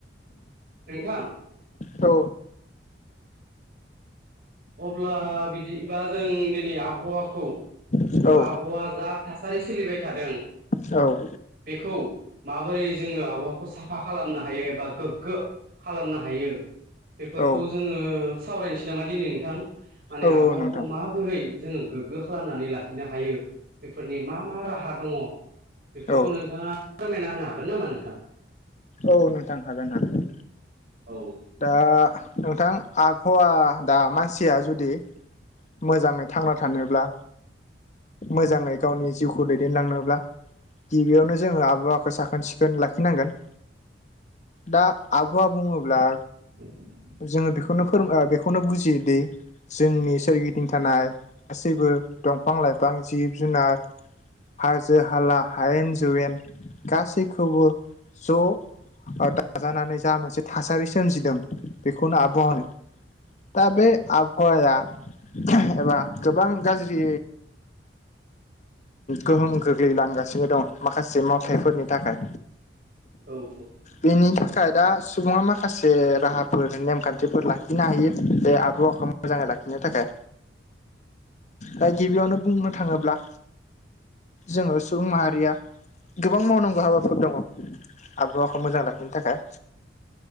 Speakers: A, on the right; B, on the left.
A: नोंथां
B: औ
A: अब्ला बिदिबा जों दिनै आबहावाखौ
B: नोंथां
A: एबा
B: औ
A: आबहावा जा थासारि सोलिबाय थादों।
B: औ
A: बेखौ माबोरै जोङो आबहावाखौ साफा खालामनो हायो एबा गोग्गो खालामनो हायो बेफोरखौ
B: औ
A: जोङो सावरायनोसै नामा दिनै नोंथां माने
B: औ
A: आबहावाखौ
B: औ नोंथां
A: मा बोरै जोङो गोग्गो खालामनानै लाखिनो हायो बेफोरनि मा मा राहा दङ? बेफोरखौ
B: औ
A: नोंथाङा फोरमायना होनो हागोन नामा नोंथां?
B: औ नोंथां हागोन नागोन।
A: औ
B: दा नोंथां आबहावा दा मानसिया जुदि मोजाङै थांना थानोब्ला मोजाङै गावनि जिउखौ दैदेनलांनोब्ला गिबियावनो जोङो आबहावाखौ साखोन सिखोन लाखिनांगोन। दा आबहावा बुङोब्ला
A: <inaudible>
B: जोङो बेखौनो फोर ओ बेखौनो बुजियो दि जोंनि सोरगिदिं थानाय गासैबो दंफां लाइफां जिब जुनार हाजो हाला हायेन जौवेन गासैखौबो ज' ओदाजानानै जा मोनसे थासारि सो सोमजिदों बेखौनो आबहावा होनो दा बे आबहावाया एबा गोबां गाज्रि गोहोम गोग्लैलांगासिनो दं माखासे मावथायफोरनि थाखाय
A: औ
B: बेनि थाखाय दा सुबुङा माख खासे राहाफोर नेमखान्थिफोर लाखिनो हायो बे आबहावाखौ मोजाङै लाखिनो थाखाय दा गिबियावनो बुंनो थाङोब्ला जोङो सुबुं माहारिया गोबां मावनांगौ हाबाफोर दङ आबहावाखौ मोजां लाखिनो थाखाय